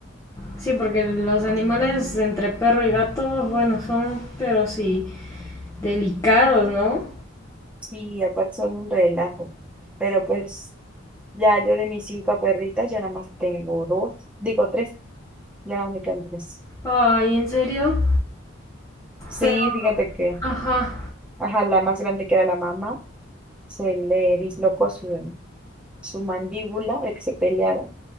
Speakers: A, on the left (about 15°); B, in the centre.
A: Sí, porque los animales entre perro y gato, bueno, son, pero sí, delicados, ¿no?
B: Sí, aparte son un relajo. Pero pues Ya yo de mis cinco perritas ya nada más tengo dos, digo tres, ya nada más me quedan tres.
A: Ay, ¿en serio?
B: Sí,
A: Pero,
B: fíjate que,
A: ajá,
B: ajá, la más grande que era la mamá, se le dislocó su, su mandíbula de que se pelearon